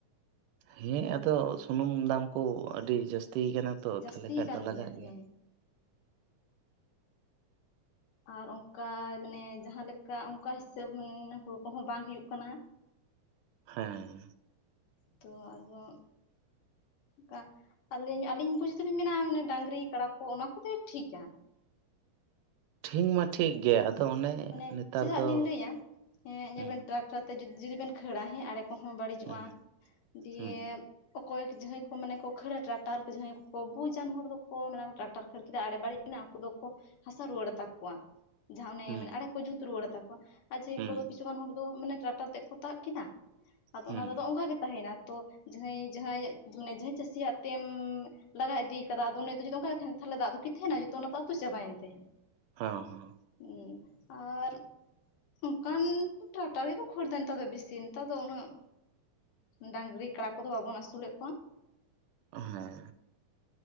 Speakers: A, on the right; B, on the left.
A: ᱦᱮᱸ ᱟᱫᱚ ᱥᱩᱱᱩᱢ ᱫᱟᱢ ᱠᱚ ᱟᱹᱰᱤ ᱡᱟᱹᱥᱛᱤ ᱠᱟᱱᱟ᱾ ᱛᱚ
B: ᱡᱟᱸᱥᱛᱤ
A: ᱛᱟᱦᱚᱞᱮ ᱠᱷᱟᱡ
B: ᱭᱟᱠᱟᱱ
A: ᱫᱚ ᱞᱟᱜᱟᱜ
B: ᱜᱮᱭᱟ ᱦᱮᱸ᱾ ᱟᱨ ᱚᱱᱠᱟ ᱢᱟᱱᱮ ᱡᱟᱦᱟ ᱞᱮᱠᱟ ᱚᱱᱠᱟ ᱦᱤᱥᱟᱹᱵᱽ ᱢᱟᱱᱮ ᱦᱩᱲᱩ ᱠᱚᱦᱚᱸ ᱵᱟᱝ ᱦᱩᱭᱩᱜ ᱠᱟᱱᱟ᱾
A: ᱦᱮᱸ
B: ᱛᱚ ᱟᱫᱚ ᱠᱟ ᱟᱹᱞᱤᱧ ᱟᱹᱞᱤᱧ ᱵᱩᱡ ᱫᱚᱞᱤᱧ ᱢᱮᱱᱟ ᱢᱟᱱᱮ ᱰᱟᱝᱨᱤ ᱠᱟᱲᱟ ᱠᱚ ᱚᱱᱟ ᱠᱚ ᱛᱮᱜᱮ ᱴᱷᱤᱠᱟ᱾
A: ᱴᱷᱤᱠ ᱢᱟ ᱴᱷᱤᱠ ᱜᱮᱭᱟ ᱟᱫᱚ ᱚᱱᱮ
B: ᱢᱟᱱᱮ
A: ᱱᱮᱛᱟᱨ
B: ᱪᱮᱫᱟᱜ
A: ᱫᱚ
B: ᱞᱤᱧ ᱞᱟᱹᱭᱟᱸ ᱮᱜ ᱧᱮᱞ
A: ᱦᱩᱸ
B: ᱵᱮᱱ ᱴᱨᱟᱠᱴᱟᱨ ᱛᱮ ᱡᱩᱫ ᱡᱩᱫᱤ ᱵᱮᱱ ᱠᱷᱟᱹᱲᱟ ᱦᱮᱸ ᱟᱲᱮ ᱠᱚᱦᱚᱸ ᱵᱟᱹᱲᱤᱡᱚᱜᱼᱟ
A: ᱦᱩᱸ
B: ᱫᱤᱭᱮ
A: ᱦᱩᱸ
B: ᱚᱠᱚᱭ ᱡᱟᱦᱟᱸᱭ ᱠᱚ ᱢᱟᱱᱮ ᱠᱚ ᱠᱷᱟᱹᱲᱟ ᱴᱨᱟᱠᱴᱟᱨ ᱛᱮ ᱡᱟᱦᱟᱸᱭ ᱠᱚ ᱵᱩᱡᱟᱱ ᱦᱚᱲ ᱫᱚᱠᱚ ᱢᱮᱱᱟᱢ ᱴᱨᱟᱠᱴᱟᱨ ᱠᱷᱟᱹᱲ ᱠᱮᱫᱟ ᱟᱬᱮᱹ ᱵᱟᱲᱤᱡ᱾ ᱮᱱᱟ ᱩᱱᱠᱩ ᱫᱚᱠᱚ ᱦᱟᱥᱟ ᱨᱩᱣᱟᱹᱲᱟ ᱛᱟᱠᱚᱣᱟ ᱡᱟᱦᱟᱸ ᱚᱱᱮ
A: ᱦᱩᱸ
B: ᱢᱮᱱᱟᱜ ᱡᱩᱛ ᱨᱩᱣᱟᱹᱲᱟ ᱟᱛᱟᱠᱚᱣᱟ ᱟᱨ ᱡᱮ
A: ᱦᱩᱸ
B: ᱦᱩᱭᱩᱜ ᱵᱤᱥᱤ ᱜᱟᱱ ᱦᱚᱲ ᱫᱚ ᱢᱟᱱᱮ ᱴᱨᱟᱠᱴᱟᱨ ᱛᱮᱜ ᱠᱚ ᱛᱟᱵ ᱠᱮᱫᱟ ᱟᱫᱚ
A: ᱦᱩᱸ
B: ᱚᱱᱟ ᱫᱚᱫᱚ ᱚᱱᱠᱟ ᱜᱮ ᱛᱟᱸᱦᱮᱭᱮᱱᱟ ᱛᱚ ᱡᱟᱹᱦᱟᱸᱭ ᱡᱟᱹᱦᱟᱸᱭᱟᱜ ᱢᱟᱱᱮ ᱪᱟᱹᱥᱤᱭᱟᱜ ᱴᱮᱱ ᱞᱟᱜᱟ ᱤᱫᱤᱭ ᱠᱟᱫᱟ ᱟᱫᱚ ᱩᱱᱤ ᱫᱚ ᱡᱩᱫᱤ ᱚᱱᱠᱟ ᱜᱮ ᱛᱟᱦᱮᱱ ᱛᱟᱦᱚᱞᱮ ᱫᱚ ᱟᱫᱚ ᱠᱤᱛᱷᱤᱭᱟᱱᱟ ᱡᱚᱛᱚ ᱱᱚᱛᱮ ᱟᱹᱛᱩ ᱥᱮᱜ ᱦᱚᱸ ᱵᱟᱭ ᱛᱟᱦᱮ
A: ᱦᱚᱸ
B: ᱦᱩᱸ᱾ ᱟᱨ ᱚᱱᱠᱟᱱ ᱴᱨᱟᱠᱴᱟᱨᱤ ᱠᱚ ᱠᱷᱚᱲᱫᱟ ᱱᱮᱛᱟᱨ ᱫᱚ ᱵᱤᱥᱤ ᱱᱮᱛᱟᱨ ᱫᱚ ᱩᱱᱟᱹᱜ ᱰᱟᱸᱝᱨᱤ ᱠᱟᱲᱟ ᱠᱚᱫᱚ ᱵᱟᱵᱚᱱ ᱟᱥᱩᱞᱮᱜ ᱠᱚᱣᱟ᱾
A: ᱦᱮᱸ